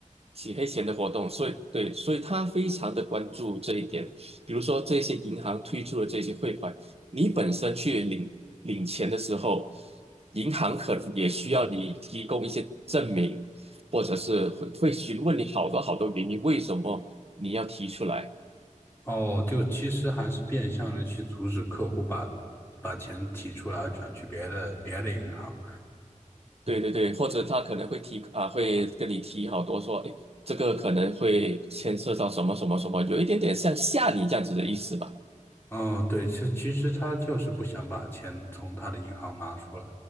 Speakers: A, on the right; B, on the left.
A: 洗黑钱的活动，所以对，所以他非常的关注这一点。比如说这些银行推出的这些汇款，你本身去领领钱的时候，银行可能也需要你提供一些证明，或者是会会询问你好多好多原因，为什么你要提出来。
B: 哦，就其实还是变相的去阻止客户把把钱提出来转去别的别的银行。
A: 对对对，或者他可能会提啊，会跟你提好多说，哎，这个可能会牵涉到什么什么什么，有一点点像吓你这样子的意思吧？
B: 哦，对，其其实他就是不想把钱从他的银行拿出来。